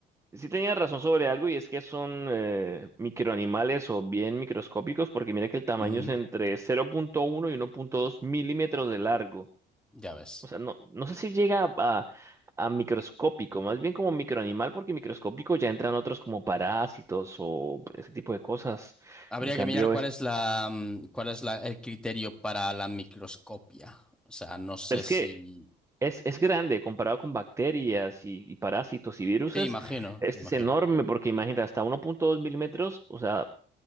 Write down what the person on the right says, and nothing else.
Sí tenía razón sobre algo y es que son eh, microanimales o bien microscópicos porque mira que el tamaño
es entre 0.1 y 1.2 milímetros de largo.
O sea, no, no sé si llega a, a- a microscópico, más bien como microanimal porque microscópico ya entran otros como parásitos o ese tipo de cosas.
En cambio,
es,
pero es
que Es, es grande comparado con bacterias y, y parásitos y viruses.
Este
es enorme porque imagínate, hasta uno punto dos milímetros, o sea,